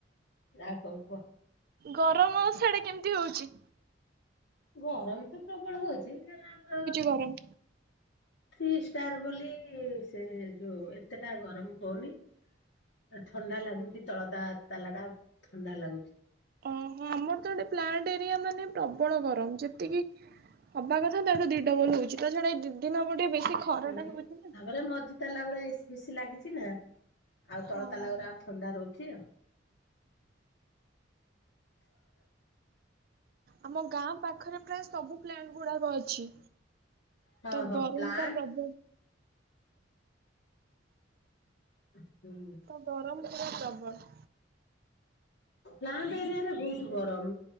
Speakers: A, on the left (about 65°); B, on the right (about 50°).
A: <unintelligible> କଁ କୁଅ?
B: ଗରମ ସିଆଡେ କେମ୍ତି ହଉଚି?
A: ଗରମ୍ ତ ପ୍ରବଳ ହଉଚି ହେଲେ ଆମର
B: ଗରମ୍।
A: ଥ୍ରୀ ଷ୍ଟାର୍ ବୋଲି ସେ ଯୋଉ ଏତେଟା ଗରମ୍ ହଉନି। ଆ ଥଣ୍ଡା ଲାଗୁଚି ତଳ ତା ତାଲାଟା ଥଣ୍ଡା ଲାଗୁଛି।
B: ଅଁ ହଁ ଆମର ତ ଏଠି ପ୍ଲାଣ୍ଟ୍ ଏରିଆ ମାନେ ପ୍ରବଳ ଗରମ ଯେତିକି ହବା କଥା ତାଠୁ ଦି ଡବଲ୍ ହଉଚି ତାଛଡା ଏଇ ଦି ଦିନ୍ ହବ ଟିକେ ବେଶୀ ଖରଟା
A: ତାପରେ
B: ହଉଛି ନା।
A: ମଝି ତାଲା ଗୁଡା ଏସି ଫେଶି ଲାଗିଛି ନା ଆଉ ତଳ
B: ହଁ।
A: ତାଲା ଗୁରା ଆ <unintelligible> ଥଣ୍ଡା ରହୁଛି ଆଉ <unintelligible>
B: ଆମ ଗାଁ ପାଖରେ ପ୍ରାୟ ସବୁ ପ୍ଲାଣ୍ଟ୍ ଗୁଡାକ ଅଛି।
A: ହଁ
B: ତ
A: ହଁ
B: ଗରମ୍
A: ପ୍ଲାଣ୍ଟ
B: ତା ପ୍ରଭୁ।
A: ଉ ହୁଁ।
B: ତ ଗରମ ପୁରା ପ୍ରବଳ୍।
A: ପ୍ଲାଣ୍ଟ୍ ଏରିଆ ରେ ବହୁତ୍ ଗରମ୍।